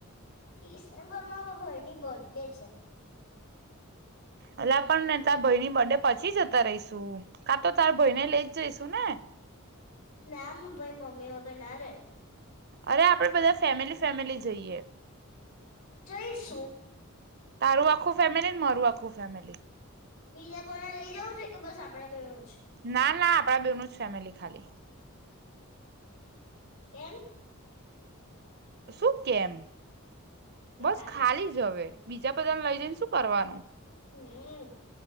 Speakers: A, on the left; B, on the right.
A: ડિસેમ્ માર ભાઈની બર્થડે છે.
B: એટલે પણ ને તારા ભાઈ ની બર્થડે પછી જતા રહીશું, કા તો તારા ભાઈ ને લઈ જ જઈશુ ને.
A: ના માર ભાઈ મમ્મી વગર ના રે.
B: અરે આપડે બધા ફેમિલી ફેમિલી જઈએ.
A: જયશું.
B: મારું આખું ફેમિલી ને મારું આખું ફેમિલી.
A: બીજા કોઈને લઈ જવું છે કે બસ આપડા? જ
B: ના ના આપ બેનું જ ફેમિલી ખાલી.
A: કેમ?
B: શું કેમ? બસ
A: હા
B: ખાલી
A: હા
B: જ હવે બીજા બધાને લઈ જઈને શું કરવાનું,
A: હમ